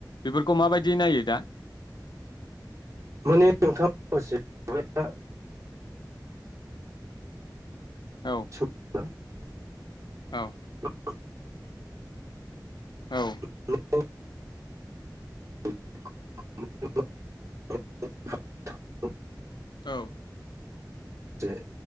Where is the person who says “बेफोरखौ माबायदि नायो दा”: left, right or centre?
Left